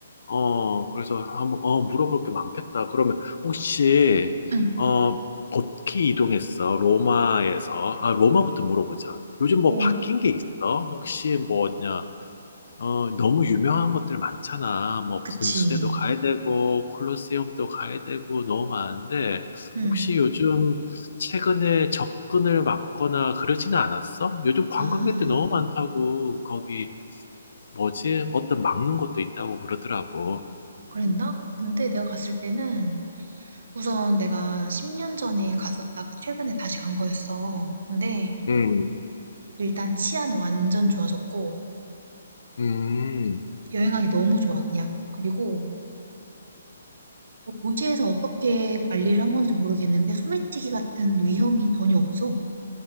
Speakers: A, on the left; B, on the right.
A: 어, 그래서 한번 어, 물어볼 게 많겠다. 그러면 혹시
B: 응.
A: 어, 어떻게 이동했어? 로마에서. 아, 로마부터 물어보자. 요즘 뭐
B: 롬,
A: 바뀐 게 있어? 혹시 뭐냐? 어, 너무 유명한 것들 많잖아. 뭐,
B: 그치.
A: 분수대도 가야 되고, 콜로세움도 가야 되고, 너무 많은데,
B: 음.
A: 혹시 요즘 최근에 접근을 막거나 그러지는 않았어? 요즘 관광객들
B: 아,
A: 너무 많다고, 거기, 뭐지? 어떤 막는 것도 있다고 그러더라고.
B: 그랬나? 근데 내가 갔을 때는 우선 내가 10년 전에 갔었다가 최근에 다시 간 거였어. 근데
A: 음,
B: 일단 치안 완전 좋아졌고
A: 음.
B: 여행하기 너무 좋아, 그냥. 그리고 뭐 도시에서 어떻게 관리를 한 건지 모르겠는데 소매치기 같은 위험이 전혀 없어.